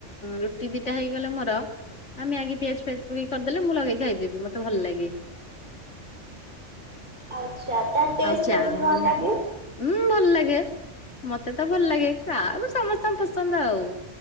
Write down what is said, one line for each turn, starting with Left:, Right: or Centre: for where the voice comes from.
Left: ରୁଟି ଦିଟା ହେଇଗଲେ ମୋର ଆମେ ଆଗେ ପିଆଜ ଫିଆଜ ପକେଇ କରିଦେଲେ, ମୁଁ ଲଗେଇକି ଖାଇଦେବି ମତେ ଭଲ ଲାଗେ।
Right: ଆଚ୍ଛା ତା ଟେଷ୍ଟ
Left: ଆଉ ଚା
Right: କେମିତି କଣ
Left: ହୁଏନି?
Right: ଲାଗେ?
Left: ଉଁ ଭଲ ଲାଗେ, ମତେ ତ ଭଲ ଲାଗେ କାହାକୁ ସମସ୍ତଙ୍କ ପସନ୍ଦ ଆଉ।